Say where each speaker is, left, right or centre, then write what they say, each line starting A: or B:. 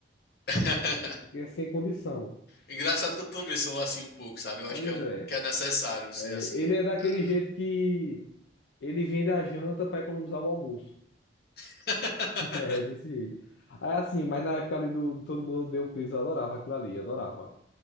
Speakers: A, on the left (about 55°); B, on the left (about 75°).
A: <laughs>
B: que é sem condição.
A: Engraçado que eu também sou assim um pouco, sabe? Eu
B: Pois
A: acho que é, um,
B: é.
A: que é necessário ser
B: É,
A: assim.
B: Ele é daquele
A: Ah.
B: jeito que ele vende a janta para economizar o almoço.
A: <laughs>
B: <laughs> É, desse jeito. Aí assim, mas na época ali do, do Todo Mundo Odeia o Chris, eu adorava aquilo ali, eu adorava.